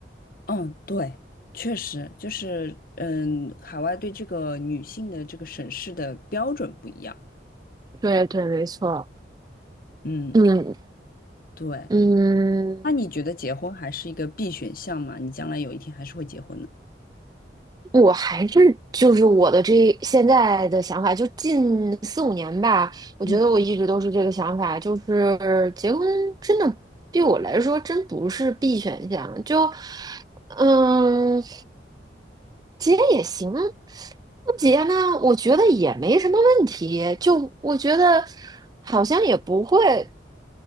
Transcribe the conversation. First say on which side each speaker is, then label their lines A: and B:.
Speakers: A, on the left (about 50°); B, on the right (about 20°).
A: 嗯，对，确实就是嗯，海外对这个女性的这个审视的标准不一样。
B: 对对，没错。
A: 嗯，
B: 嗯
A: 对。
B: 嗯，
A: 那你觉得结婚还是一个必选项吗？你将来有一天还是会结婚的，
B: 我还是就是我的这现在的想法，就近四五年吧，我觉得我一直都是这个想法，
A: 嗯，
B: 就是结婚真的对我来说真不是 B 选项，就嗯，结也行，不结呢，我觉得也没什么问题，就我觉得好像也不会。